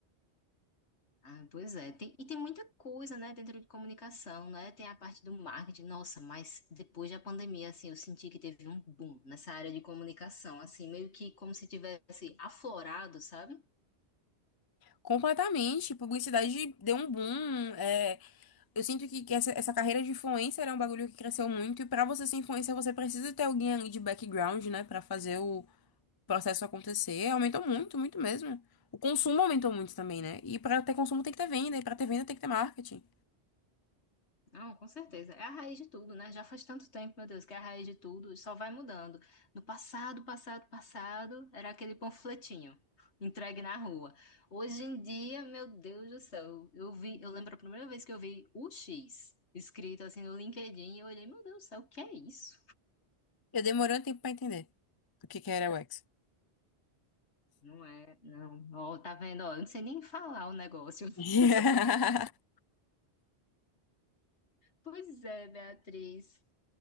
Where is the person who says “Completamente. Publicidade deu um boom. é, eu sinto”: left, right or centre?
Left